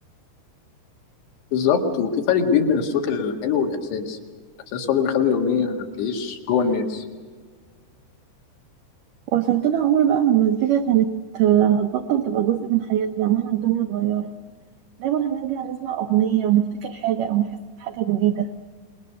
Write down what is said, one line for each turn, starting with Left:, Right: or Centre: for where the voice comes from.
Left: بالظبط وفي فرق كبير بين الصوت الحلو والاحساس الاحساس هو اللي بيخلي الاغنيه تعيش جوه الناس
Right: وعشان كده عمر بقى ما المزيكا كانت آه، هتبطل تبقى جزء من حياتنا مهما الدنيا اتغيرت دايما هنرجع نسمع اغنية ونفتكر حاجة او نحس بحاجة جديدة